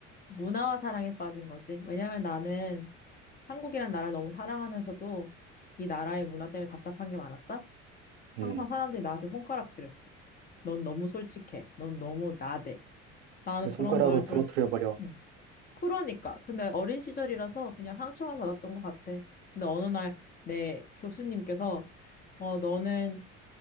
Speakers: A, on the left; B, on the right.
A: 문화와 사랑에 빠진 거지. 왜냐면 나는 한국이란 나라를 너무 사랑하면서도 이 나라의 문화 때문에 답답한 게 많았다?
B: 음,
A: 항상 사람들이 나한테 손가락질했어. 넌 너무 솔직해. 넌 너무 나대. 나는
B: 그 손가락을
A: 그런 말을 들을,
B: 부러뜨려 버려.
A: 음. 그러니까. 근데 어린 시절이라서 그냥 상처만 받았던 것 같아. 근데 어느 날 내 교수님께서 어, 너는